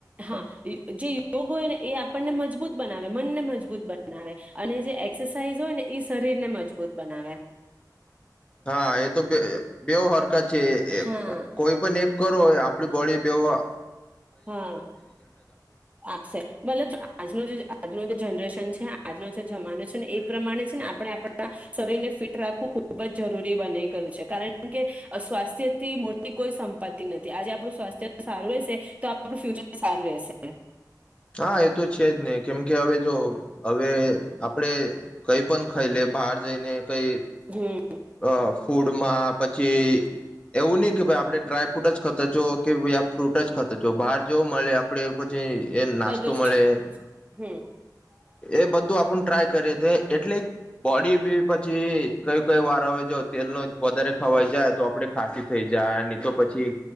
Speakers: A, on the right; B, on the left.
A: હા જે યોગ હોય ને એ આપણને મજબૂત બનાવે મનને મજબૂત બનાવે અને જે એક્સરસાઇઝ હોય ને શરીર ને મજબૂત બનાવે.
B: હા એ તો બે હરકત જે
A: હા
B: કોઈ પણ એક કરરો હોય આપડી બોડી બેવવા
A: હા આપશે મતલબ આજનું જે આજનું જે જનરેશન તને આજનો જે જમાનો છે ને એ પ્રમાણે છે ને આપણે આપણા શરીર ને ફિટ રાખવું ખુબ જરૂરી બની ગયું છે, કારણ કે સ્વાસ્થ્ય થી મોટી કોઈ સંપત્તિ નથી, આજે આપણું સ્વાસ્થ્ય સારું હશે તો થું ફ્યુચર સારું રહેશે
B: હા એ તો છે જ નહી કેમ કે હવે જો હવે આપડે કઈ પણ ખાઈ લે બહાર જઈને કઈ
A: હમ
B: અ ફૂડમાં પછી એવું નહી કે ભાઇ આપડણે ડ્રાયફ્રૂટ જ ખતા છો કે આ ફ્રૂટ જ ખતા છો બહાર જોવા મળે આપડે પછી એ નાસ્તો
A: બધું
B: મળે
A: જ હમ
B: એ બધું આપણું ટ્રાય કરે તે એટલે જ બોડી બી પછી કય કઈ વાર આવે જો તેલ નો વધારે ખવાઈ જાય. તો આપણેે ખાંસી થઈ જાય. તો પછી.